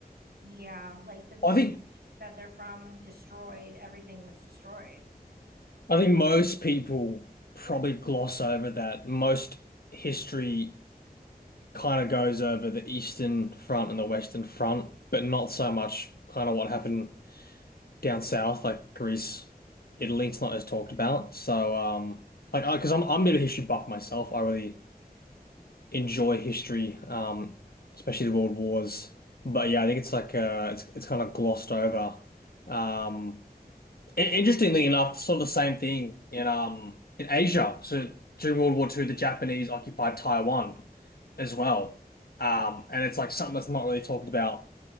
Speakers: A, on the right (about 75°); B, on the left (about 70°).
A: yeah, like the village
B: I think
A: that they're from destroyed, everything was destroyed.
B: I think most people probably gloss over that. Most history kind of goes over the Eastern Front and the Western Front, but not so much kind of what happened down south, like Greece, Italy, it's not as talked about. So, um, like, I, because I'm I'm a bit of a history buff myself. I really enjoy history, um, especially the World Wars. But yeah, I think it's like uh, it's it's kind of glossed over. Um, in- interestingly enough, sort of the same thing in um in Asia. So during World War Two, the Japanese occupied Taiwan as well. Um, and it's like something that's not really talked about